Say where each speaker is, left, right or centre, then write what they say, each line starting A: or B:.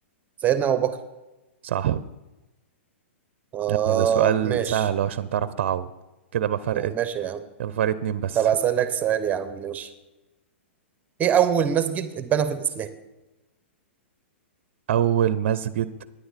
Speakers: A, on the right; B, on the right.
A: سيدنا أبو بكر
B: صح
A: آه
B: يلا ده سؤال
A: ماشي
B: سهل أهو عشان تعرف تعوض كده بقى فرق
A: آه ماشي يا عم
B: يبقى فرق اتنين بس
A: طب أسألك سؤال يا عم ماشي إيه أول مسجد اتبنى في الإسلام؟
B: اول مسجد